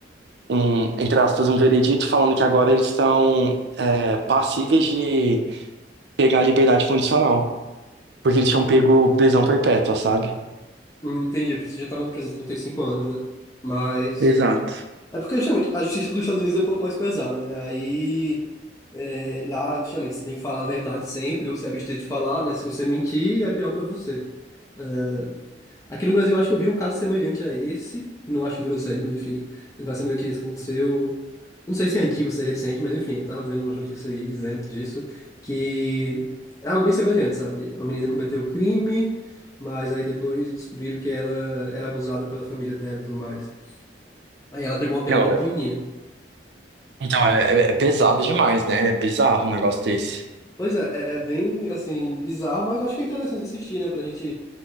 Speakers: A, on the right; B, on the left.
A: um, entre aspas, um veredito falando que agora eles estão eh, passíveis de pegar a liberdade condicional. Porque eles tinham pego prisão perpétua, sabe?
B: Hum, entendi, porque já estavam presos há 35 anos, né? Mas...
A: Exato.
B: É porque, justamente, a justiça dos Estados Unidos é um pouco mais pesada, né? Aí, é, lá, justamente, você tem que falar a verdade sempre, ou se abster de falar, né? Se você mentir, é pior pra você. É, Aqui no Brasil, eu acho que eu vi um caso semelhante a esse, que não acho que virou série, mas enfim, um caso semelhante a esse que aconteceu. Não sei se é antigo, se é recente, mas enfim, eu tava vendo umas notícias aí dizendo disso, que é algo bem semelhante, sabe? Uma menina cometeu o crime, mas aí depois descobriram que ela era abusada pela família dela e tudo mais. Aí ela pegou uma pena
A: Não,
B: bem pequenininha.
A: é- Então, é, é é pesado demais, né? É bizarro um negócio desse.
B: Pois é, é, é bem, assim, bizarro, mas eu acho que é interessante assistir, né? Pra gente